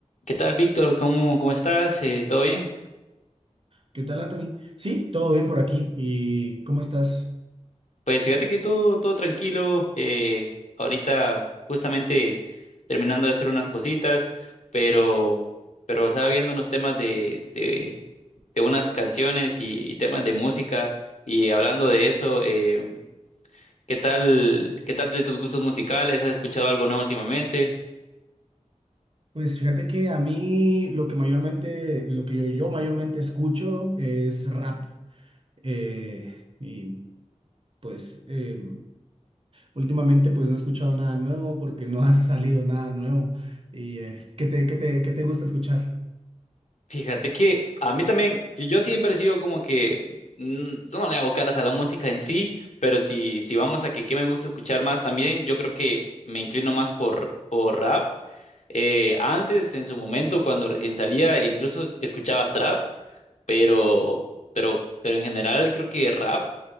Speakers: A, on the left; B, on the right.
A: ¿Qué tal, Víctor? ¿Cómo, cómo estás? Eh, ¿todo bien?
B: ¿Qué tal, Anthony? Sí, todo bien por aquí. ¿Y cómo estás?
A: Pues fíjate que todo, todo tranquilo. eh, ahorita justamente terminando de hacer unas cositas, pero, pero estaba viendo unos temas de, de, de unas canciones y, y temas de música y hablando de eso, eh, ¿qué tal, qué tal de tus gustos musicales? ¿Has escuchado algo nuevo últimamente?
B: Pues fíjate que a mí lo que mayormente, lo que yo, yo mayormente escucho es rap. eh, y pues eh, últimamente pues no he escuchado nada nuevo porque no ha salido nada nuevo. ¿Y eh, qué te, qué te, qué te gusta escuchar?
A: Fíjate que a mí también, yo yo siempre he sido como que, mm, yo no le hago caras a la música en sí, pero si, si vamos a que qué me gusta escuchar más también, yo creo que me inclino más por, por rap. Eh, antes, en su momento, cuando recién salía, e incluso escuchaba trap, pero, pero, pero en general creo que rap,